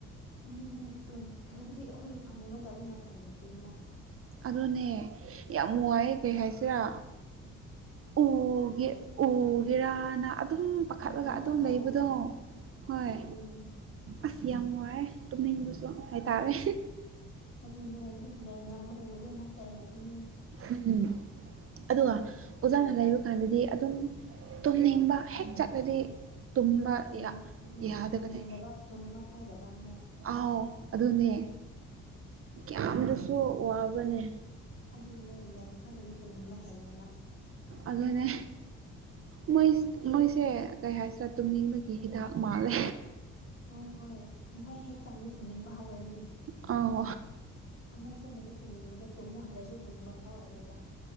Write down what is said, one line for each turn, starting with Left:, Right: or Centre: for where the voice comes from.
Left: ꯑꯗꯨꯅꯦ ꯍꯥꯏꯕꯗꯤ ꯑꯩꯈꯣꯏꯒꯤ ꯊꯃꯨꯡ ꯅꯠꯇꯕꯅꯤꯅ ꯎꯄꯥꯏ ꯂꯩꯇꯦ ꯑꯗꯨꯅ
Right: ꯑꯗꯨꯅꯦ ꯌꯥꯝ ꯋꯥꯏꯑꯦ ꯀꯩ ꯍꯥꯏꯁꯤꯔꯥ ꯎꯒꯦ ꯎꯒꯦꯔꯥꯅ ꯑꯗꯨꯝ ꯄꯥꯈꯠꯂꯒ
Left: ꯍꯣꯏ ꯍꯣꯏ
Right: ꯑꯗꯨꯝ
Left: ꯄꯥꯈꯠꯂꯒ
Right: ꯂꯩꯕꯗꯣ
Left: ꯎꯝ
Right: ꯍꯣꯏ
Left: ꯑꯗꯨꯅꯦ
Right: ꯑꯁ ꯌꯥꯝ ꯋꯥꯏꯌꯦ ꯇꯨꯝꯅꯤꯡꯕꯁꯨ ꯍꯥꯏꯇꯥꯔꯦ
Left: ꯑꯗꯨꯅꯦ ꯍꯥꯏꯕꯗꯤ ꯃꯦꯝꯅ ꯑꯃꯨꯛ ꯎꯔꯗꯤ ꯑꯃꯨꯛ ꯆꯩꯔꯛꯀꯅꯤ
Right: ꯎꯝ ꯑꯗꯨꯒ ꯑꯣꯖꯥꯅ ꯂꯩꯕ ꯀꯥꯟꯗꯗꯤ ꯑꯗꯨꯝ ꯇꯨꯝꯅꯤꯡꯕ ꯍꯦꯛ ꯆꯠꯂꯗꯤ ꯇꯨꯝ
Left: ꯍꯣꯏ ꯍꯣꯏ ꯇꯨꯝꯅꯤꯡ
Right: ꯌꯥ
Left: ꯎꯝ ꯎꯝ
Right: ꯌꯥꯗꯕꯅꯦ
Left: ꯇꯨꯝꯅꯤꯡꯗꯕ ꯇꯨꯝꯅꯤꯡꯕ ꯐꯥꯎꯗꯕ ꯑꯃꯨꯛ
Right: ꯑꯥꯎ ꯑꯗꯨꯅꯦ
Left: ꯎꯝ
Right: ꯀꯌꯥꯝꯗꯁꯨ ꯋꯥꯕꯅꯦ
Left: ꯑꯗꯨꯅꯦ ꯃꯦꯝ ꯍꯣꯢ ꯂꯩꯗꯤ ꯇꯨꯝꯅꯤꯡꯕ ꯍꯦꯟꯅꯦꯕ
Right: ꯑꯗꯨꯅꯦ ꯃꯣꯏ ꯃꯣꯏꯁꯦ ꯀꯩ ꯍꯥꯏꯁꯤꯔꯥ ꯇꯨꯝꯅꯤꯡꯕꯒꯤ ꯍꯤꯗꯥꯛ ꯃꯥꯜꯂꯦ
Left: ꯍꯣꯏ ꯍꯣꯏ ꯃꯈꯣꯏ ꯍꯦꯛ ꯆꯥꯡꯗꯤ ꯇꯨꯝꯅꯤꯡꯕ ꯍꯧꯔꯅꯤ
Right: ꯑꯥꯎ
Left: ꯑꯃꯨꯛ ꯆꯟꯗꯗꯤ ꯇꯨꯝꯅꯤꯡꯕꯗꯣ ꯇꯨꯝꯃꯨ ꯍꯥꯏꯔꯁꯨ ꯇꯨꯝꯅꯤꯡꯕ ꯐꯥꯎꯔꯔꯣꯏꯕ